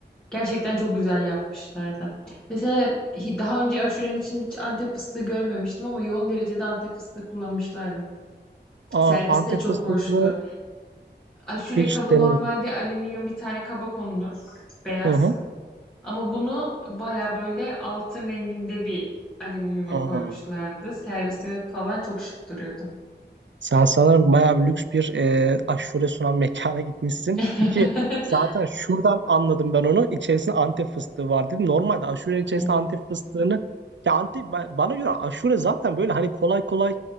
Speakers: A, in the centre; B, on the right.
A: Gerçekten çok güzel yapmışlardı. Mesela hi- daha önce aşurenin için hiç Antep fıstığı görmemiştim ama yoğun derecede Antep fıstığı kullanmışlardı.
B: Aa,
A: Servis
B: Antep
A: de çok
B: fıstıklı
A: hoştu. Aşure
B: hiç
A: kabı
B: denemedim.
A: normalde alüminyum bir tane kaba konulur, beyaz.
B: Hı hı.
A: Ama bunu baya böyle altın renginde bir alüminyuma
B: Aa.
A: koymuşlardı. Servisi falan çok şık duruyordu.
B: Sen sanırım bayağı bir lüks bir e, aşure sunan mekana gitmişsin.
A: <laughs>
B: İki, zaten şuradan anladım ben onu. İçerisinde Antep fıstığı var dedim. Normalde aşurenin içerisinde
A: Evet.
B: Antep fıstığını ya Antep ba- bana göre aşure zaten böyle hani kolay kolay